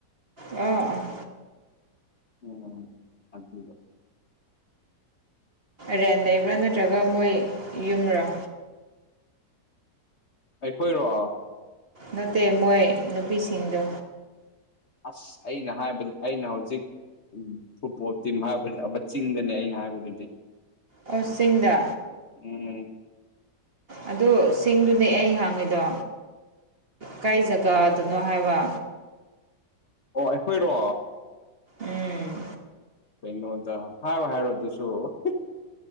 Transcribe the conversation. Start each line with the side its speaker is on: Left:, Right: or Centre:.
Right: ꯑꯣ ꯑꯣ
Left: ꯎꯝ ꯑꯗꯨꯕ
Right: ꯔꯦꯟ ꯂꯩꯕ꯭ꯔꯥ ꯅꯠꯇ꯭ꯔꯒ ꯃꯣꯏ ꯌꯨꯝꯔꯥ
Left: ꯑꯩꯈꯣꯏꯔꯣ
Right: ꯅꯠꯇꯦ ꯃꯣꯏ ꯅꯨꯄꯤꯁꯤꯡꯗ
Left: ꯑꯁ ꯑꯩꯅ ꯍꯥꯏꯕꯗꯤ ꯑꯩꯅ ꯍꯧꯖꯤꯛ ꯐꯨꯠꯕꯣꯜ ꯇꯤꯝ ꯍꯥꯏꯕꯗꯤ ꯑꯃ ꯆꯤꯡꯗꯅꯦ ꯑꯩꯅ ꯍꯥꯏꯕꯗꯨꯗꯤ
Right: ꯑꯣ ꯆꯤꯡꯗ
Left: ꯎꯝ
Right: ꯑꯗꯨ ꯆꯤꯡꯗꯨꯅꯦ ꯑꯩ ꯍꯪꯉꯤꯗꯣ ꯀꯥꯏ ꯖꯒꯥꯗꯅꯣ ꯍꯥꯏꯕ
Left: ꯑꯣ ꯑꯩꯈꯣꯏꯔꯣ
Right: ꯎꯝ
Left: ꯀꯩꯅꯣꯗ ꯍꯥꯏꯌꯣ ꯍꯥꯏꯔꯣ ꯑꯗꯨꯁꯨ